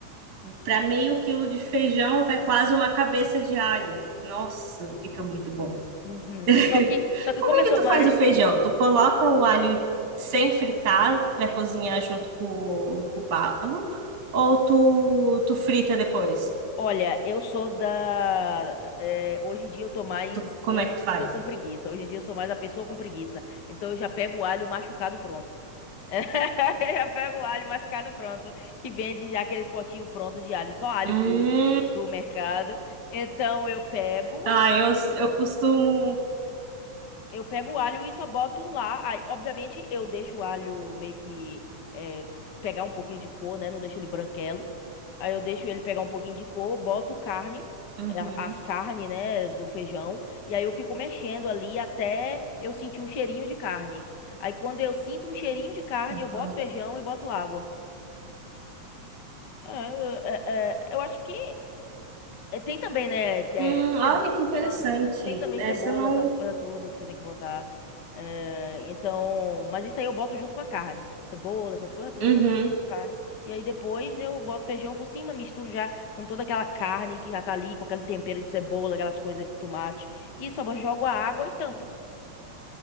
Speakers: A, on the right; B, on the left.
A: para meio quilo de feijão vai quase uma cabeça de alho. Nossa, fica muito bom.
B: Uhum.
A: <laughs>
B: Só que, só que
A: Como
B: começou
A: é que tu
B: mais.
A: faz o feijão? Tu coloca o alho sem fritar para cozinhar junto com o, com o bago? Ou tu, tu frita depois?
B: <laughs> Olha, eu sou da. é, hoje em dia eu tô mais.
A: Tu, como
B: Eu
A: é que tu faz?
B: tô com preguiça. Hoje em dia eu sou mais a pessoa com preguiça. Então eu já pego o alho machucado pronto. <laughs> Eu já pego o alho machucado pronto. Que vende já aqueles potinhos prontos de alho, só alho
A: Hum,
B: puro do mercado. Então eu pego.
A: ah, eu, eu costumo.
B: Eu pego o alho e só boto lá. Aí, obviamente, eu deixo o alho meio que é, f- pegar um pouquinho de cor, né? Não deixo ele branquelo. Aí eu deixo ele pegar um pouquinho de cor, boto carne,
A: Uhum.
B: é, a- as carnes, né, do feijão. E aí eu fico mexendo ali até eu sentir um cheirinho de carne. Aí quando eu sinto um cheirinho de carne,
A: uhum.
B: eu boto feijão e boto água. É, é, é, eu acho que é, tem também, né? é,
A: Hum, olha
B: cebola,
A: que interessante.
B: tem também
A: Essa
B: cebola,
A: não.
B: essas coisas tudo que você tem que botar. É, então, mas isso aí eu boto junto com a carne. Cebola, essas coisas tudo,
A: Uhum,
B: eu boto junto com a carne. E aí depois eu boto feijão por cima, misturo já com toda aquela carne que já tá ali, com aquele tempero de cebola, aquelas coisas, tomate. E só bo- jogo a água e tampo.